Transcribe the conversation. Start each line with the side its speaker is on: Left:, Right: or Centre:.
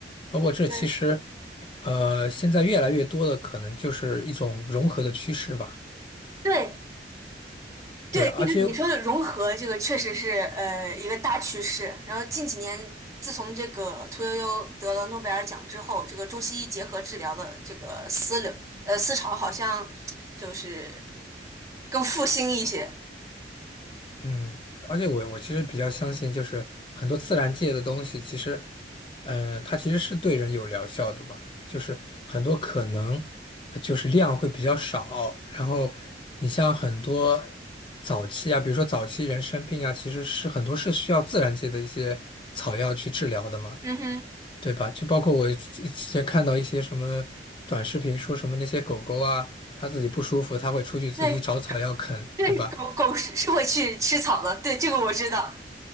Left: 包括这其实，
Right: 对。
Left: 呃，现在越来越多的可能就是一种融合的趋势吧。
Right: 对，对，
Left: 对，而且
Right: 就是你说的融合，这个确实是呃一个大趋势。然后近几年，自从这个屠呦呦得了诺贝尔奖之后，这个中西医结合治疗的这个思流呃思潮好像就是更复兴一些。
Left: 嗯，而且我我其实比较相信，就是很多自然界的东西，其实，嗯、它其实是对人有疗效的吧。就是很多可能，呃就是量会比较少。然后你像很多早期啊，比如说早期人生病啊，其实是很多是需要自然界的一些草药去治疗的嘛，
Right: 嗯哼，
Left: 对吧？就包括我之之前看到一些什么短视频，说什么那些狗狗啊，它自己不舒服，它会出去自己找草药啃，
Right: 对对，
Left: 对吧？
Right: 狗狗是是会去吃草的，对，这个我知道。